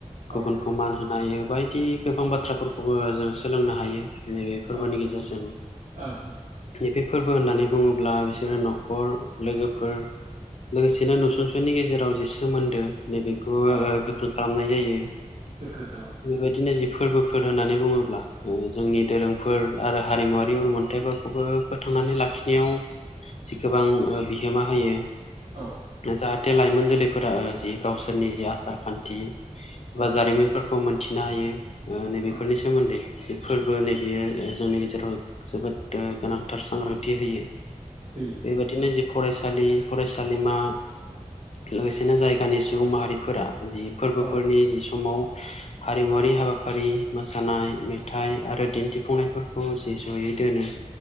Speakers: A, on the left (about 55°); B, on the right (about 80°).
A: गुबुनखौ
B: ओं
A: मान होनाय बायदि गोबां बाथ्राफोरखौबो जों सोलोंनो हायो नैबे
B: ओं
A: फोरबोनि गेजेरजों
B: ओं ओं
A: नैबे फोरबो होननानै बुंङोब्ला बिसोरो नखर लोगोफोर लोगोसेनो नसुंसनि गेजेराव जि सोमोन्दो नैबेखौ
B: औ
A: गोख्रों खालामनाय जायो
B: गोख्रों खालाम
A: बेबायदिनो जिफोर फोरबोफोर होननानै बुङोब्ला जोंनि दोरोंफोर आरो हारिमुवारि उन मोन्थाइफोरखौबो फोथांनानै नानै लाखिनायाव गोबां बिहोमा होयो
B: औ।
A: जाहाथे लाइमोन जोलैफोरा जि गावसोरनि जि आसार खान्थि
B: औ
A: बा जारिमिनफोर खौ मोनथिनो हायो नैबेफोरनि
B: ओं
A: सोमोन्दै जि फोरबो नैबयो जोंनि गेजेराव जोबोद गोनांथार सांग्रांथि होयो।
B: होयो
A: बेबायदिनो
B: होयो
A: जि फरायसा फरायसालि फरायसालिमा लोगोसेनो जायगानि सुबुं माहारिफोरा जि फोरबोफोरनि
B: ओं
A: जि समाव हारिमुवारि हाबा हाबाफारि मोसानाय मेथाइ आरो दिन्थिफुंनायफोरखौ जे जयै दोनो